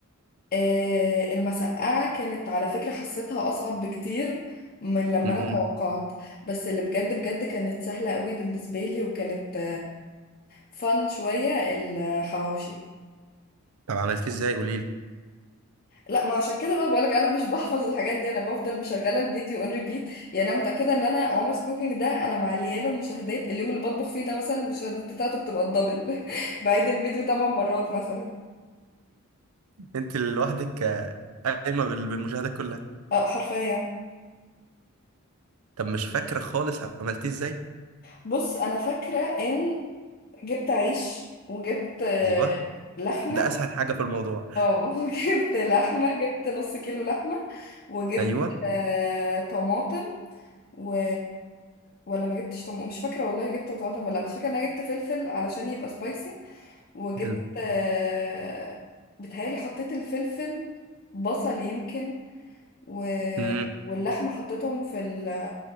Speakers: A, on the left (about 40°); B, on the right (about 75°).
A: آه، المسقعة كانت على فكرة حسيتها أصعب بكتير من لما
B: امم
A: أنا توقعت بس اللي بجد بجد كانت سهلة قوي بالنسبة لي وكانت فن شوية الحواوشي
B: طب عملتيه ازاي قولي لي
A: لا ما عشان كده بقى بقولك انا مش بحفظ الحاجات دي انا بفضل مشغله الفيديو اون ريبيت يعني انا متاكده ان انا عمر's كوكينج ده انا معليه له مشاهدات اليوم اللي بطبخ فيه ده مثلا المشاهدات بتاعته بتبقى الدبل <laughs> بعيد الفيديو 8 مرات مثلا
B: <laughs> انت لوحدك آه، قايمه بال- بالمشاهدات كلها
A: اه حرفيا
B: طب مش فاكره خالص عملتيه ازاي
A: بص انا فاكره ان جبت عيش وجبت آه،
B: ايوه
A: لحمة
B: ده اسهل حاجه في الموضوع
A: اه <laughs> جبت لحمة جبت نص كيلو لحمة وجبت
B: ايوه
A: آه، طماطم و ولا ما جبتش طماطم مش فاكرة والله جبت طماطم ولا لا، بس فاكرة ان انا جبت فلفل علشان يبقى سبايسي وجبت
B: حلو
A: آه، بتهيألي حطيت الفلفل بصل يمكن و...
B: امم
A: واللحمة حطيتهم في ال